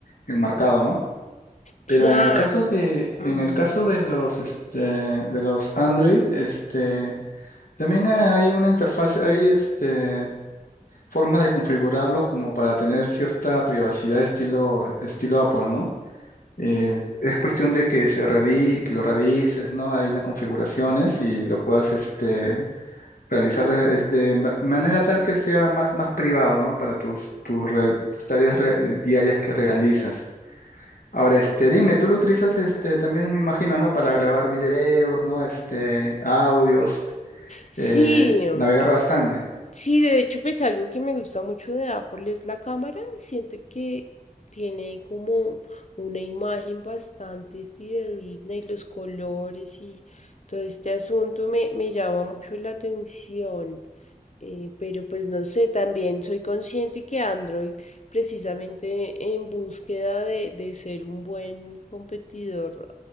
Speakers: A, on the left; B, on the left.
A: bien marcado, ¿no?
B: Claro.
A: Pero en el caso de,
B: ujú.
A: en el caso de los, este, de los Android, este, también hay una interfaz, hay este, forma de configurarlo como para tener cierta privacidad estilo, estilo Apple, ¿no? Eh, es cuestión de que se revi- que lo revises, ¿no? Ahí las configuraciones y lo puedas, este, realizar de, es- de ma- manera tal que sea más, más privado, ¿no? Para tus, tus real- tus tareas re- diarias que realizas. Ahora, este, dime, tú lo utilizas, este, también me imagino, ¿no? Para grabar videos, ¿no? Este, audios,
B: Sí,
A: eh, navegar bastante.
B: Sí, de hecho, pues algo que me gusta mucho de Apple es la cámara. Siento que tiene como una imagen bastante fidedigna y los colores y todo este asunto me, me llama mucho la atención. Eh, pero pues no sé, también soy consciente que Android, precisamente en búsqueda de, de ser un buen competidor,